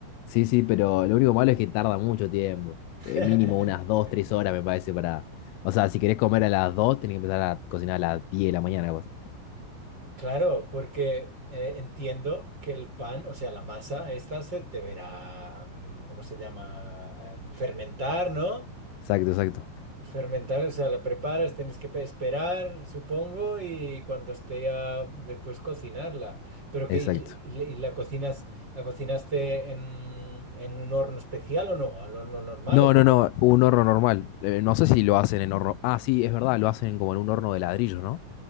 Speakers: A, on the left; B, on the right.
A: Sí, sí, pero lo único malo es que tarda mucho tiempo.
B: <laughs>
A: Eh, mínimo unas 2 3 horas me parece para... O sea, si querés comer a las 2 tenés que empezar a cocinar a las 10 de la mañana, capaz.
B: Claro, porque eh, entiendo que el pan, o sea, la masa, esta se deberá, mm, ¿cómo se llama? Em, fermentar, ¿no?
A: Exacto, exacto,
B: Fermentar, o sea, la preparas, tienes que pe- esperar, supongo, y cuando esté ya después cocinarla. Pero que,
A: exacto.
B: y, y- y la cocinas, ¿la cocinaste en, en un horno especial o no? ¿Al horno normal
A: No,
B: o cómo?
A: no, no, un horno normal. Eh, no sé si lo hacen en horno. Ah, sí, es verdad, lo hacen como en un horno de ladrillos, ¿no?